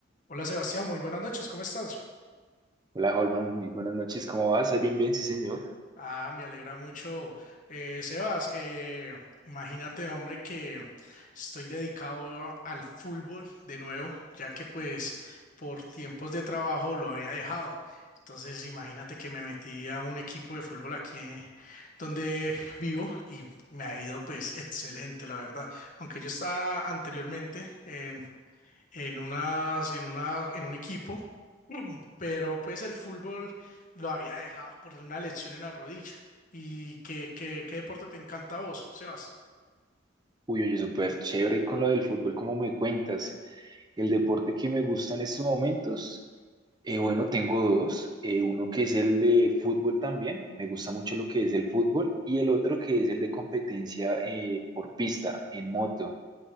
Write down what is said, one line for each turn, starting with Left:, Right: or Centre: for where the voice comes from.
Left: Hola Sebastián, muy buenas noches, ¿cómo estás?
Right: Hola, Holman, muy buenas noches. ¿Cómo vas? Ay, Bien, bien, sí, señor.
Left: Ah, me alegra mucho, eh, Sebas. eh, imagínate, hombre, que estoy dedicado al fútbol de nuevo, ya que pues por tiempos de trabajo lo había dejado. Entonces, imagínate que me metí a un equipo de fútbol aquí eh, donde vivo y me ha ido pues excelente, la verdad. Aunque yo estaba anteriormente en, en unas, en una, en un equipo. pero pues el fútbol lo había dejado por una lesión en la rodilla. ¿Y qué, qué, qué deporte te encanta a vos, Sebas?
Right: Uy, oye, súper chévere con lo del fútbol, ¿cómo me cuentas? El deporte que me gusta en estos momentos, eh, bueno, tengo dos. Eh, uno que es el de fútbol también, me gusta mucho lo que es el fútbol, y el otro que es el de competencia eh, por pista, en moto.